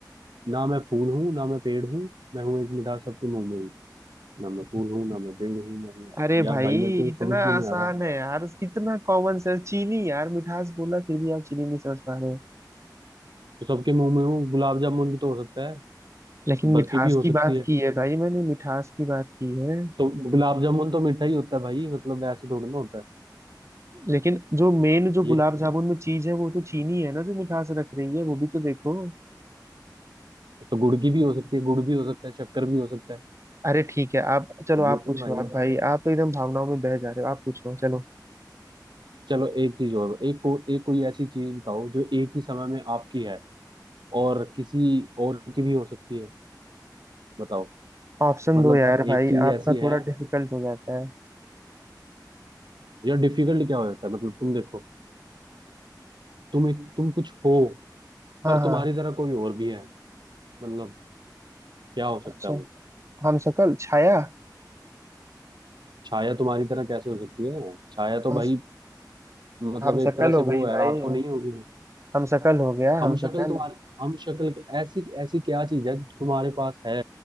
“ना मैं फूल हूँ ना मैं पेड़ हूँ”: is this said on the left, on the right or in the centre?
Right